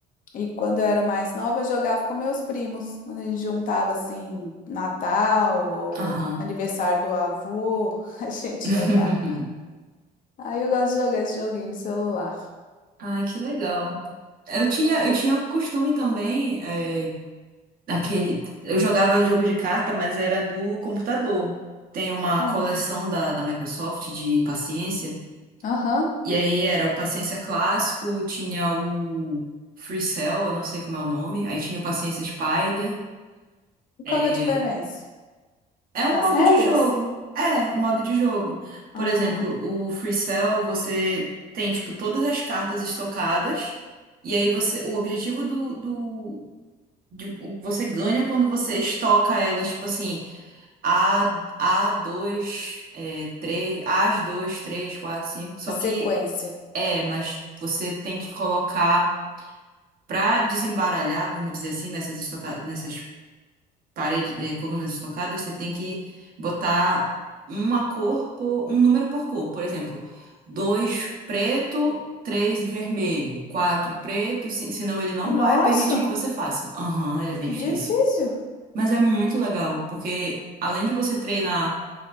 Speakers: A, on the left (about 50°); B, on the right (about 60°).
A: E quando eu era mais nova, eu jogava com meus primos. Quando a gente juntava assim, Natal ou
B: Aham.
A: aniversário do avô, <laughs> a gente
B: <laughs>
A: jogava. Aí eu gosto de jogar esse joguinho no celular.
B: Ai, que legal. Eu tinha, eu tinha o costume também, é, daquele. Eu jogava jogo de carta, mas era do computador. Tem uma
A: Ah,
B: coleção da, da Microsoft de paciência.
A: Aham.
B: E aí era o Paciência Clássico, tinha o Free Cell, eu não sei como é o nome. Aí tinha o Paciência Spider.
A: E
B: É,
A: Qual que é a diferença?
B: é um modo
A: As regras?
B: de jogo. É, um modo de jogo. Por
A: Ah,
B: exemplo, o Free Cell, você tem, tipo, todas as cartas estocadas. E aí você, o objetivo do, do de- o- você ganha quando você estoca elas, tipo assim, A, a dois é, 3, as dois três quatro cinco Só
A: a sequência.
B: que, é, mas você tem que colocar Para desembaralhar, vamos dizer assim, nessas, estoca... nessas paredes, eh, colunas estocadas, você tem que botar uma cor por um número por cor. Por exemplo, dois preto, três vermelho, quatro preto, cinco... senão ele não
A: Nossa,
B: vai permitir que você faça. Aham, ele é bem
A: que
B: difícil.
A: difícil.
B: Mas é muito legal, porque além de você treinar